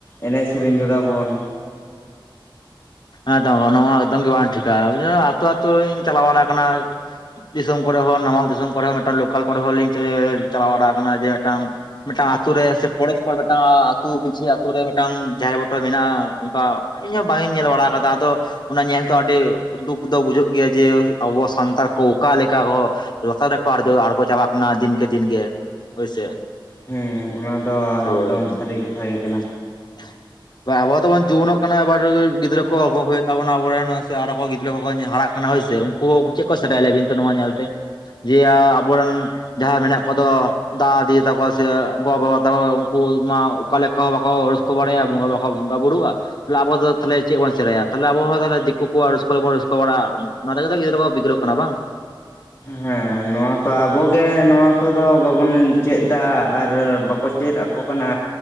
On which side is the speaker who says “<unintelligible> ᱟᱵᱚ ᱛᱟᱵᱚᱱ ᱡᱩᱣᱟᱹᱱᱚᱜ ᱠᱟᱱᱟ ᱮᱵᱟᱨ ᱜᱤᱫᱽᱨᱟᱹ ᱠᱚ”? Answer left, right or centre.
Left